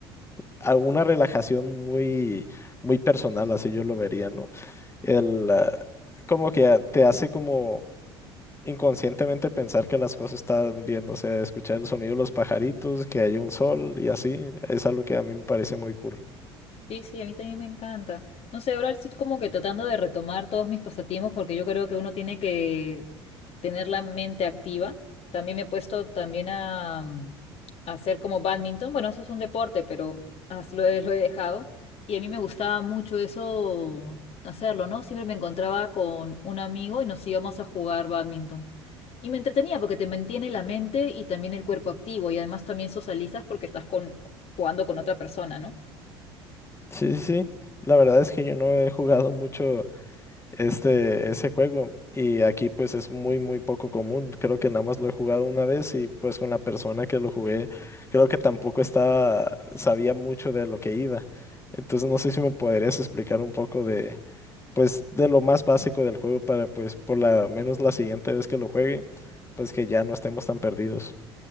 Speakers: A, on the left; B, on the left.
A: alguna relajación muy, muy personal, así yo lo vería, ¿no? El, ah, como que ah, te hace como inconscientemente pensar que las cosas están bien, o sea, escuchar el sonido de los pajaritos, que haya un sol y así, es algo que a mí me parece muy cool.
B: Sí, sí, a mí también me encanta. No sé, ahora estoy como que tratando de retomar todos mis pasatiempos porque yo creo que uno tiene que tener la mente activa. También me he puesto también a, mm, a hacer como bádminton. Bueno, eso es un deporte, pero as- lo he, lo he dejado. Y a mí me gustaba mucho eso, hacerlo, ¿no? Siempre me encontraba con un amigo y nos íbamos a jugar bádminton. Y me entretenía porque te mantiene la mente y también el cuerpo activo y además también socializas porque estás con, jugando con otra persona, ¿no?
A: Sí, sí, sí. La verdad es que yo no he jugado mucho este, ese juego. Y aquí pues es muy, muy poco común. Creo que nada más lo he jugado una vez y pues con la persona que lo jugué, creo que tampoco estaba, sabía mucho de lo que iba. Entonces no sé si me podrías explicar un poco de, pues, de lo más básico del juego para pues por la menos la siguiente vez que lo juegue, pues que ya no estemos tan perdidos.